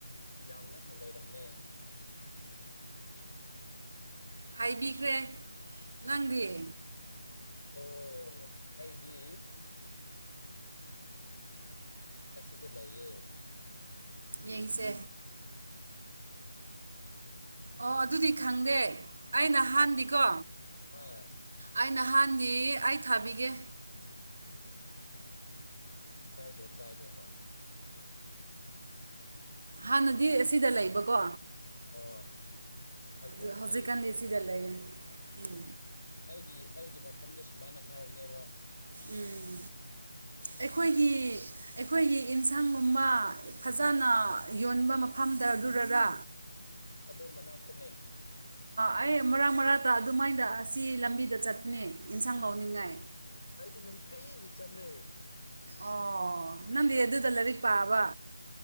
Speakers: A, on the left; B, on the right.
A: ꯌꯥꯝ ꯅꯛꯅ ꯂꯩꯔꯝꯃꯦ
B: ꯍꯥꯏꯕꯤꯈ꯭ꯔꯦ ꯅꯪꯗꯤꯌꯦ
A: ꯑꯣ ꯑꯩꯗꯤ ꯑꯁꯤꯗ ꯂꯩꯌꯦ
B: ꯌꯦꯡꯁꯦ ꯑꯣ ꯑꯗꯨꯗꯤ ꯈꯪꯗꯦ ꯑꯩ ꯅꯍꯥꯟꯗꯤꯀꯣ
A: ꯍꯣꯏ
B: ꯑꯩ ꯅꯍꯥꯟꯗꯤ ꯑꯩ ꯊꯥꯕꯤꯒꯦ
A: ꯀꯥꯏꯗꯦ ꯀꯥꯏꯗꯦ ꯍ
B: ꯍꯥꯟꯅꯗꯤ ꯑꯁꯤꯗ ꯂꯩꯕꯀꯣ
A: ꯍꯣꯏ ꯑꯗꯨꯗꯤ
B: ꯑꯗꯨ ꯍꯧꯖꯤꯛꯀꯥꯟꯅ ꯏꯁꯤꯗ ꯂꯩꯒꯦ ꯎꯝ
A: ꯑꯩꯒꯤ ꯑꯩꯒꯤ ꯃꯐꯝꯗ ꯁꯨꯃꯥꯏꯅ ꯍꯥꯏꯕꯅꯦꯕ
B: ꯎꯝ ꯑꯩꯈꯣꯏꯒꯤ
A: ꯑꯁ
B: ꯑꯩꯈꯣꯏꯒꯤ ꯑꯦꯟꯁꯥꯡꯒꯨꯝꯕ ꯐꯖꯅ ꯌꯣꯟꯕ ꯃꯐꯝꯗ ꯑꯗꯨꯔꯔꯥ
A: ꯑꯗꯨꯗꯣ ꯃꯅꯥꯛꯇꯅꯦ
B: ꯑꯩ ꯃꯔꯥꯡ ꯃꯔꯥꯡꯛꯇ ꯑꯗꯨꯃꯥꯏꯗ ꯑꯁꯤ ꯂꯝꯕꯤꯗ ꯆꯠꯄꯅꯤ ꯌꯦꯟꯁꯥꯡ ꯂꯧꯥꯎꯅꯤꯡꯉꯥꯏ
A: ꯑꯩꯗꯤ ꯅꯨꯡꯇꯤꯒꯤ ꯆꯠꯂꯦ
B: ꯑꯣ ꯅꯪꯗꯤ ꯌꯦꯗꯨꯗ ꯂꯔꯤ ꯄꯥ ꯋꯥ